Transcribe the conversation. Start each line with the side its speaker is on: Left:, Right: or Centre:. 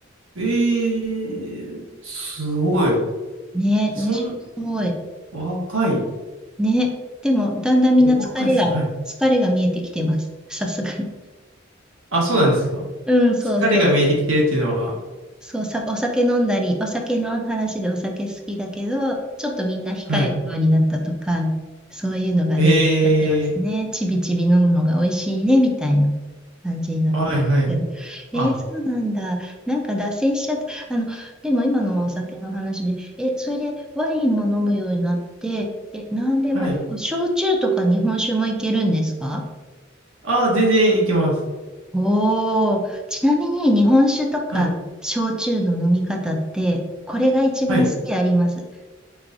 Right: えー、すごい。
Centre: ね、
Right: そん、
Centre: 私もすごい、
Right: 若い。
Centre: ね、でもだんだんみんな疲れが、
Right: お若いですね。はい。
Centre: 疲れが見えてきてます。さすがに。
Right: あ、そうなんですか。
Centre: うん、そうそう。
Right: 疲れが見えてきてるっていうのは。
Centre: そう、さ、お酒飲んだり、お酒の話でお酒好きだけど、ちょっとみんな控えるようになったとか、
Right: はい。
Centre: そういうのが出てきちゃってますね。
Right: え
Centre: ちびちび飲むのが美味しいね、みたいな感じになってますけど。
Right: ー、はい、はい。あ、
Centre: えーそうなんだ。なんか脱線しちゃった。あの、でも今のお酒の話で、え、それでワインも飲むようになって、え、なんでも、
Right: はい。
Centre: 焼酎とか日本酒もいけるんですか
Right: あー、全然いけます。
Centre: おお、ちなみに日本酒とか焼酎の飲み方って、
Right: はい、
Centre: これが一番好きあります。
Right: はい。